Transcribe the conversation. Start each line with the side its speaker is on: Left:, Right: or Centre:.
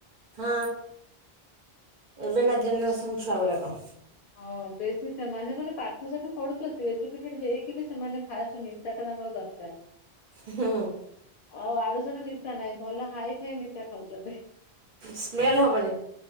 Right: ହଁ, ଏବେକା ଜେନେରେସନ୍ ଛୁଆ ଗୁରାକ।
Left: ହଁ ବେଶୀ ସେମାନେ, ଷଟସେମାନେ ପାଠ ସାଠ ପଢୁଚନ୍ତି ଏଜୁକେଟେଡ୍ ହେଇକି ବି ସେମାନେ ଫାଷ୍ଟ୍ ନିଶ୍ ସେଟା ତାଙ୍କର ଦରକାର୍।
Right: ହୁଁ ହୁଁ ଉଁ।
Left: ଅ ଆଡୁଷାଡୁ ନିଶା ନାଇଁ ଭଲ ହାଇଟ୍ ସେଇ ନିଶା ଖାଉଚନ୍ତି।
Right: ସ୍ମେଲ ହବନି